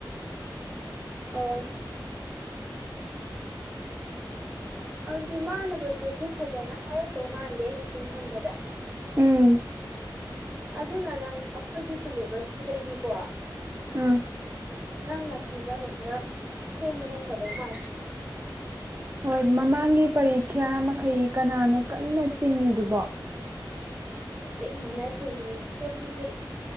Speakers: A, on the right; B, on the right.
A: ꯑꯣ ꯑꯗꯨꯃꯥꯟꯅꯕꯗꯨꯁꯨ ꯐꯖꯅ ꯍꯥꯏꯔꯛꯇꯧ ꯃꯥꯟꯗꯦ ꯑꯩꯅ ꯁꯨꯝ ꯈꯟꯕꯗ
B: ꯎꯝ
A: ꯑꯗꯨꯅ ꯅꯪ ꯑꯩꯈꯣꯏꯒꯤ ꯁꯤꯂꯦꯕꯁꯇꯨꯗꯒꯤꯀꯣ
B: ꯎꯝ
A: ꯅꯪꯅ ꯈꯪꯖꯕ ꯈꯔ ꯁꯦꯝꯕꯅ ꯐꯗꯧ ꯃꯥꯜꯂꯦ
B: ꯍꯣꯏ ꯃꯃꯥꯡꯒꯤ ꯄꯔꯤꯈ꯭ꯌꯥ ꯃꯈꯩ ꯀꯅꯥꯅꯣ ꯀꯟꯅ ꯆꯤꯡꯏꯤꯗꯨꯕꯣ
A: ꯁꯤꯦꯡ ꯃꯅꯥꯗꯦꯡꯅꯦ ꯑꯩꯈꯣꯏꯒꯤ